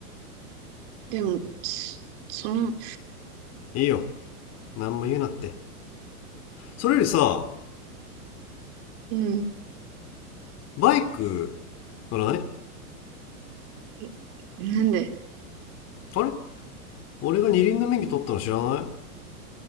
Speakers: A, on the right; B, on the left.
A: でも、そその、
B: いいよ何も言うなってそれよりさ
A: うん、
B: バイク乗らない
A: えなんで
B: あれ俺が二輪の免許取ったの知らない